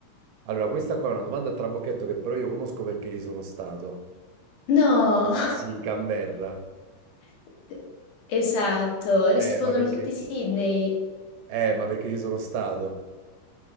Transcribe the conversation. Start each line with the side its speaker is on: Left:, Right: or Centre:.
Right: allora questa qua è una domanda a trabocchetto che però io conosco perché ci sono stato.
Left: No,
Right: Sì, Canberra.
Left: <laughs> esatto, rispondono
Right: eh, ma perché?
Left: tutti Sydney.
Right: Eh, ma perché ci sono stato?